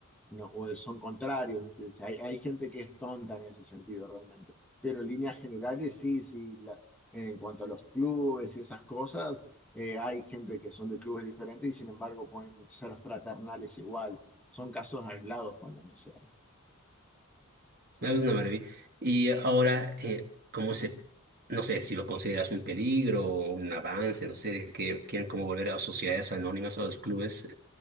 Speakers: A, in the centre; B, on the right.
A: no, o son contrarios. ¿viste? Hay, hay gente que es tonta en ese sentido realmente. Pero en líneas generales, sí, sí. la- en cuanto a los clubes y esas cosas, eh, hay gente que son de clubes diferentes y sin embargo pueden ser fraternales igual. Son casos aislados cuando no sea. ¿sí?
B: Es una maravilla. Y ahora, eh, ¿cómo se, no sé, si lo consideras un peligro o un avance, no sé, que quieren como volver a sociedades anónimas o a los clubes?